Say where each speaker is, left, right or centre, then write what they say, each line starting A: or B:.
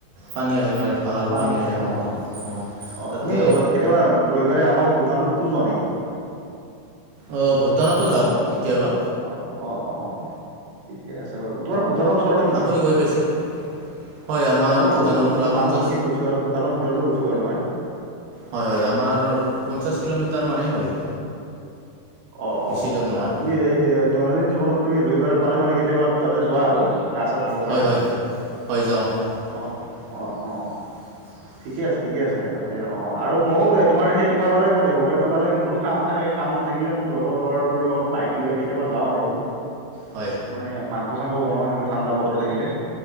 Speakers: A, on the right; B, on the right.
A: পানী আহে মানে। ভাল
B: পানী অ',
A: আহে একদম অঁ
B: অ',
A: তাতে
B: তুমি কেতিয়াবা ৰবিবাৰে অ', ভূটানততো যোৱা নেকি?
A: অ', ভূটানতো যাওঁ কেতিয়াবা।
B: অ', অ', অ' ঠিকে আছে বাৰু তোমাৰ ভূটানৰ ওচৰতে নেকি?
A: আপুনি গৈ পাইছে হয় আমাৰ
B: অ', মই
A: ভূটানৰ
B: গৈছো গৈছো
A: পৰা
B: মই
A: পঞ্চাছ
B: মানুহ চকীত গৈছো আৰু ভূটানৰ ভিতৰত গৈছো বাৰু মই।
A: হয়, হয় আমাৰ পঞ্চাশ কিলোমিটাৰ মানে হয়।
B: অ',
A: বেছি
B: অ'
A: দূৰ নহয়
B: তুমি এই দৈনন্দিন জীৱনত তুমি ৰবিবাৰ পালে মানে কেতিয়াবা তাতে যোৱা আৰু গা চা ধুবৰ কাৰণে
A: হয় হয় হয় যাওঁ
B: অ', অ'।
A: <unintelligible>
B: অ ঠিকে আছে ঠিকে আছে তাতে অ', আৰু ময়ো তোমাৰ সেই তোমাৰ দৰে মই দেওবাৰটো পালে মোৰো কাম থাকে কাম নাথাকে থাকিলে মোৰ লগৰ ল'ৰাবোৰৰ লগত বাইক লৈ কেতিয়াবা যাওঁ আৰু
A: হয়
B: মানে মাংস চাংস বনাও এনেকুৱা ঠাণ্ডা বতৰ থাকিলে